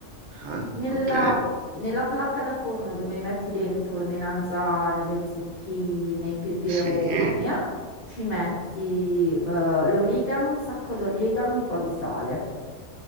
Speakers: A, on the right; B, on the left.
A: ah,
B: Nella
A: ok.
B: nella placca da forno dove metti dentro le melanzane, le zucchine, i peperoni,
A: Sì,
B: eh, ci metti eh, l'origano, un sacco d'origano, un po' di sale.